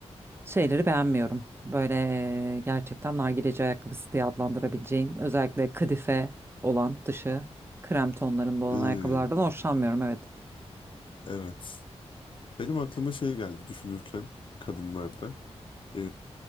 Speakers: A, on the right; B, on the left.
A: şeyleri beğenmiyorum. Böyle e, gerçekten nargileci ayakkabısı diye adlandırabileceğim özellikle kadife olan dışı krem tonlarında olan
B: E,
A: ayakkabılardan hoşlanmıyorum evet.
B: evet. Benim aklıma şey geldi düşünürken kadınlarda. E,